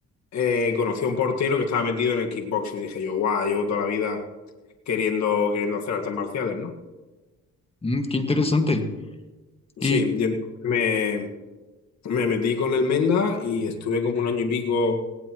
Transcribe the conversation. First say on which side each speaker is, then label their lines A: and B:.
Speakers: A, on the left; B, on the left.
A: eh, conocí a un portero que estaba metido en el kickboxing y dije yo, guau, llevo toda la vida queriendo, queriendo hacer artes marciales, ¿no?
B: Mm, qué interesante.
A: Sí,
B: Y,
A: y entonces me, me metí con el Menda y estuve como un año y pico